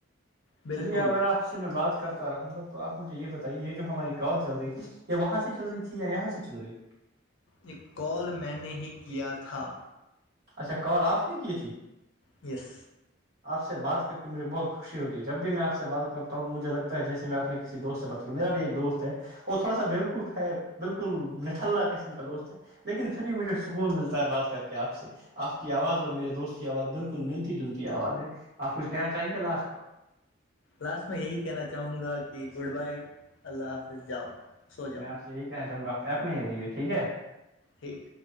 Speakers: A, on the left (about 65°); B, on the right (about 50°).
A: بالکل
B: چلیے ا اگر آپ اس سے میں بات کرتا رہوں گا تو آپ مجھے یہ بتائیے یہ جو ہماری کال چل رہی تھی یہ وہاں سے چل رہی تھی یا یہاں سے چل رہی تھی
A: ایک کال میں نے ہی کیا تھا
B: اچھا کال آف ت کی تھی
A: یس
B: آپ سے بات کر کے مجھے بہت خوش خوشی ہو جی جب بھی میں آپ سے بات کرتا ہوں مجھے لگتا ہے جیسے میں اپ کسی دوست سے بات کروں میرا بھی ایک دوست ہے اور تھوڑا سا بیوقوف ہے بالکل نٹھلہ قسم کا دوست ہے لیکن پھر بھی مجھے سکون ملتا ہے بات کر کے آپ سے آپ کی آواز اور میرے دوست کی آواز بالکل ملتی جلتی آواز ہے آپ کچھ کہنا چاہیں گے لاسٹ
A: لاسٹ میں یہی کہنا چاہوں گا کہ گڈ بائے اللہ حافظ جاؤ سو جاؤ
B: میں آپ سے یہی کہ چاہوں گا آ ایپ میں ہی رہیے ٹھیک ہے
A: ٹھیک